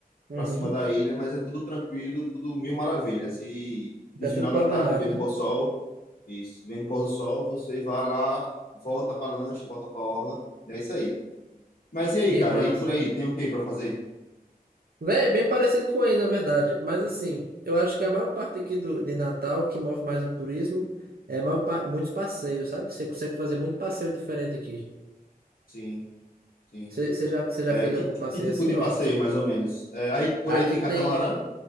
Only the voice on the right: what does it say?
Uhum.
Já
tudo programado,
né?
Que
massa.
Véi, bem parecido com aí, na verdade. Mas assim, eu acho que a maior parte aqui do, de Natal, que move mais o turismo, é a maior pa- muitos passeios, sabe? Você consegue fazer muito passeio diferente aqui.
Você você já, você já
fez
algum passeio
assim?
Ó,
tipo,
aqui
tem,